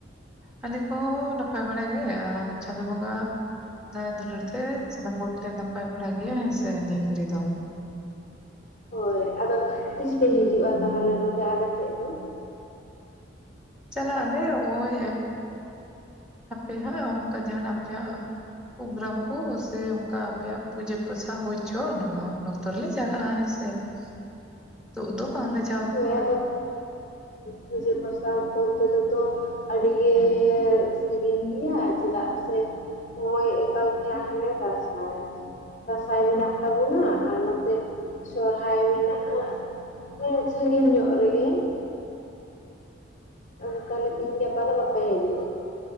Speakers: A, in the centre; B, on the left.
A: ᱟᱞᱮ ᱠᱚ ᱱᱟᱯᱟᱭ ᱵᱟᱲᱟᱜᱮ ᱪᱟᱸᱫᱚ ᱵᱚᱝᱜᱟ ᱫᱟᱭᱟ ᱫᱩᱞᱟᱹᱲ ᱛᱮᱜᱮ ᱥᱟᱱᱟᱢ ᱠᱚᱜᱮ ᱱᱟᱯᱟᱭ ᱵᱟᱲᱟ ᱦᱮᱸ ᱥᱮ ᱱᱤᱭᱟ ᱜᱷᱟᱨᱤᱡ ᱫᱚ ᱾
B: ᱦᱳᱭ ᱟᱫᱚ ᱛᱤᱥ ᱯᱮ ᱦᱤᱡᱩᱜᱼᱟ ᱛᱟᱦᱚᱞᱮ ᱱᱚᱰᱮ ᱟᱞᱮ ᱴᱷᱮᱡ ᱫᱚ ᱾
A: ᱪᱟᱞᱟᱜ ᱟᱞᱮ ᱱᱚᱜᱼᱚᱭ᱾ ᱦᱟᱯᱮ ᱦᱟᱸᱜ <inaudible> ᱟᱯᱮᱭᱟᱜ ᱡᱟᱦᱟᱱᱟᱜ ᱯᱨᱳᱜᱨᱟᱢ ᱠᱚ ᱥᱮ ᱚᱱᱠᱟ ᱟᱯᱮᱭᱟᱜ ᱯᱩᱡᱟᱹ ᱯᱟᱥᱟ ᱦᱩᱭᱪᱚ ᱩᱱ ᱚᱠᱛᱚ ᱨᱮᱞᱮ ᱪᱟᱞᱟᱜᱼᱟ ᱦᱮᱸᱥᱮ ᱾ <unintelligible> ᱱᱤᱛᱚᱜ ᱫᱚ ᱵᱟᱝ ᱞᱮ ᱾
B: ᱦᱳᱭ ᱟᱫᱚ ᱯᱩᱡᱟᱹ ᱯᱟᱥᱟ <unintelligible> ᱾ ᱟᱹᱰᱤ ᱜᱮ ᱥᱟᱺᱜᱤᱧ ᱜᱮᱭᱟ ᱪᱮᱫᱟᱜ ᱥᱮ ᱦᱳᱭ ᱮᱠᱟᱞᱛᱮ ᱟᱞᱮ ᱫᱟᱥᱟᱭ ᱾ ᱫᱟᱸᱥᱟᱭ ᱢᱮᱱᱟᱜ ᱛᱟᱵᱚᱱᱟ ᱟᱨ ᱱᱚᱛᱮ ᱥᱚᱨᱦᱟᱭ ᱢᱮᱱᱟᱜᱼᱟ ᱾ ᱦᱚᱭ ᱥᱟᱺᱜᱤᱧ ᱧᱚᱜ ᱨᱮᱜᱮ ᱾ ᱟᱫᱚ ᱛᱟᱦᱚᱞᱮ ᱛᱤᱦᱤᱧ ᱜᱟᱯᱟ ᱫᱚ ᱵᱟᱯᱮ ᱦᱮᱡᱩᱜᱼᱟ ᱾